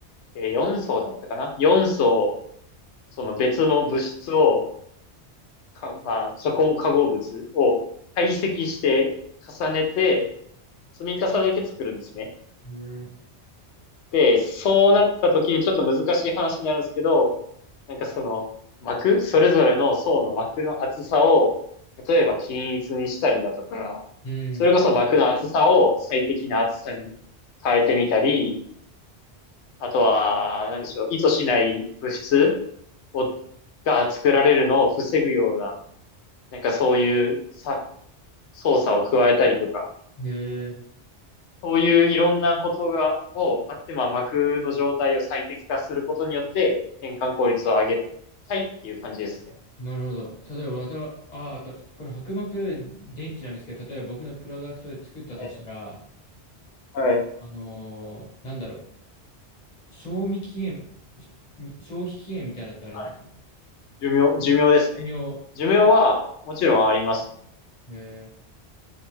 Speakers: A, on the left; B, on the left.
A: えー、4層だったかな ?4 層、その別の物質を、か、まあ、化合化合物を堆積して重ねて、積み重ねて作るんですね。
B: へえ
A: で、そうなった時にちょっと難しい話になるんですけど、なんかその膜、それぞれの層の膜の厚さを、例えば均一にしたりだとか、
B: うん。
A: それこそ膜の厚さを最適な厚さに変えてみたり、あとは、何でしょう、意図しない物質を、が作られるのを防ぐような、なんかそういうさ操作を加えたりとか、
B: ええ
A: そういういろんなことが、をあって、まあ、膜の状態を最適化することによって、変換効率を上げたいっていう感じですね。
B: なるほど。例えば、また、あ、あと、この薄膜電池なんですけど、例えば僕のプロダクトで作ったとしたら、
A: はい。はい
B: あのーなんだろう、賞味期限、し消費期限みたいなのってあるんですけど、
A: はい寿命、寿命ですね。
B: 寿命、
A: 寿命は、もちろんありますね。
B: え